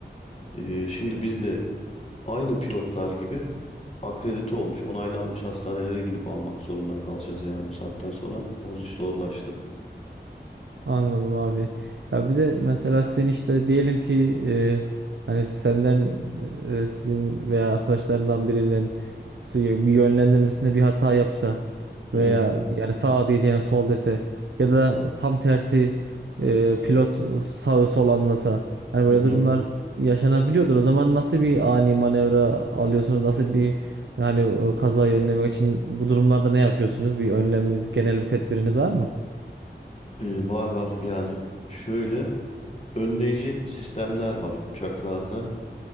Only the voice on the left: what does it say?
Ee, şimdi biz de aynı pilotlar gibi akredite olmuş, onaylanmış hastanelere gidip almak zorunda kalacağız yani bu saatten sonra o iş zorlaştı.
Hı
hı,
hı hı.
Ee, var var yani şöyle önleyici sistemler var uçaklarda